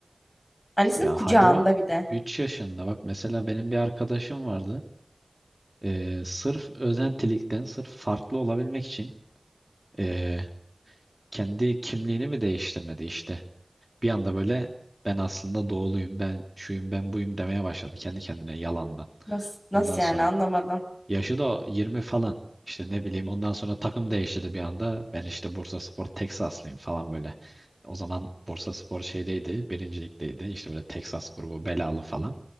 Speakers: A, on the left; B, on the right.
A: Annesinin
B: Ya
A: kucağında
B: hadi o
A: bir de.
B: üç yaşında bak mesela benim bir arkadaşım vardı. Ee, sırf özentilikten, sırf farklı olabilmek için ee, kendi kimliğini mi değiştirmedi işte. Bir anda böyle ben aslında doğuluyum, ben şuyum, ben buyum demeye başladı kendi kendine yalandan.
A: Nasıl, nasıl
B: Ondan sonra
A: yani anlamadım.
B: yaşı da 20 falan. İşte ne bileyim ondan sonra takım değiştirdi bir anda. Ben işte Bursaspor Teksaslıyım falan böyle. O zaman Bursaspor şeydeydi, birincilikteydi. İşte böyle Teksas grubu belalı falan.